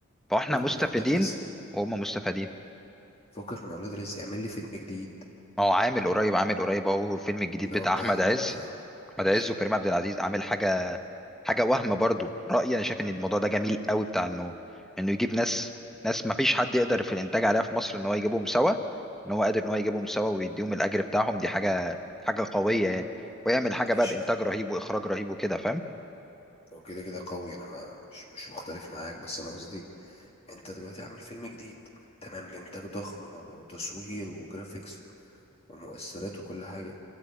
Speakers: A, in the centre; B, on the left.
A: فاحنا
B: فكك
A: مستفيدين
B: من أولاد رزق
A: وهم مستفيدين
B: فكك من أولاد رزق اعمل لي فيلم جديد
A: هو عامل قريب عامل قريب اهو الفيلم الجديد
B: اللي
A: بتاع
B: هو بتاع
A: احمد
B: أحمد
A: عز
B: أحمد
A: احمد
B: ماشي
A: عز وكريم عبد العزيز عامل حاجه حاجه وهم برضو رايي انا شايف ان الموضوع ده جميل قوي بتاع انه انه يجيب ناس ناس ما فيش حد يقدر في الانتاج عليها في مصر ان هو يجيبهم سوا ان هو قادر ان هو يجيبهم سوا ويديهم الاجر بتاعهم دي حاجه حاجه قويه يعني ويعمل حاجه
B: ماشي
A: بقى بانتاج رهيب واخراج رهيب وكده فاهم
B: هو كده كده قوي أنا ما مش مش مختلف معاك بس أنا قصدي انت دلوقتي عامل فيلم جديد تمام بإنتاج ضخم وتصوير وجرافيكس ومؤثرات وكل حاجة